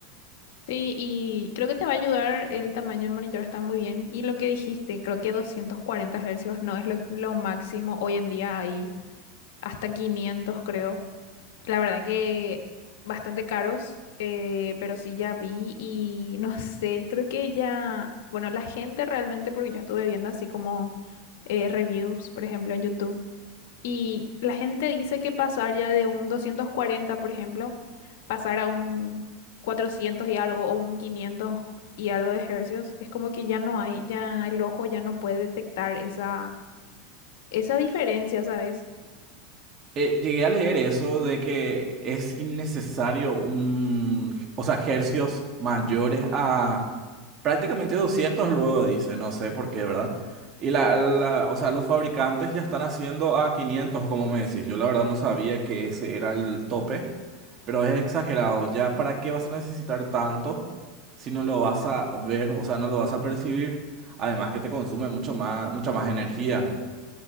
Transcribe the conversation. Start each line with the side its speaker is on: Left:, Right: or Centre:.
Left: Sí, y creo que te va a ayudar, el tamaño del monitor está muy bien. Y lo que dijiste, creo que 240 hercios no es lo, lo máximo. Hoy en día hay hasta 500 creo. La verdad que bastante caros, eh, pero sí ya vi y no sé, creo que ya, bueno, la gente realmente, porque yo estuve viendo así como eh, reviews, por ejemplo, en YouTube. Y la gente dice que pasar ya de un 240 por ejemplo, pasar a un 400 y algo o un 500 y algo de hercios, es como que ya no hay, ya el ojo ya no puede detectar esa, esa diferencia, ¿sabes?
Right: Eh, llegué a leer eso de que es innecesario un, o sea, hercios mayores a prácticamente 200 luego dice, no sé por qué, ¿verdad? Y la, la- o sea, los fabricantes ya están haciendo a 500, como me decís. Yo la verdad no sabía que ese era el tope, pero es exagerado. ¿Ya para qué vas a necesitar tanto si no lo vas a ver, o sea, no lo vas a percibir? Además que te consume mucho más, mucha más energía.